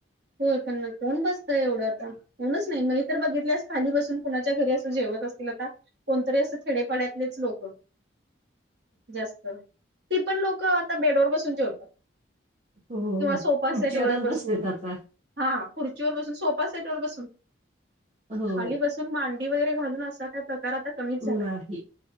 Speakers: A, on the right; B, on the right.
A: होय पण कोण बसतय एवढं आता. कोणच नाही मी तर बघितल्यास खाली बसून कुणाच्या घरी असं जेवत असतील आता कोणतरी असं खेडेपाड्यातलेच लोक. जास्त ती पण लोक आता बेडवर बसून जेवतात.
B: होय
A: किंवा
B: होय
A: सोफा
B: खुडची
A: सेट वर
B: वरच
A: बसून
B: बसतेत आता.
A: हा खुर्चीवर बसून सोफा सेट वर बसून
B: हो
A: खाली बसून मां डी वगैरे घालून असा काय प्रकार आता कमीच झाला
B: नाही